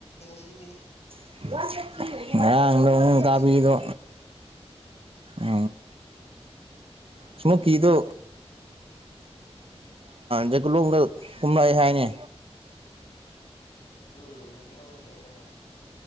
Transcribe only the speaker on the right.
<unintelligible> ꯉꯔꯡꯗꯣ ꯅꯡ
ꯀꯕꯤꯗꯣ ꯑ ꯁꯃꯣꯀꯤꯗꯨ ꯖꯀꯨꯂꯣꯡꯗ ꯀꯨꯝꯂꯛꯑꯦ ꯍꯥꯏꯅꯦ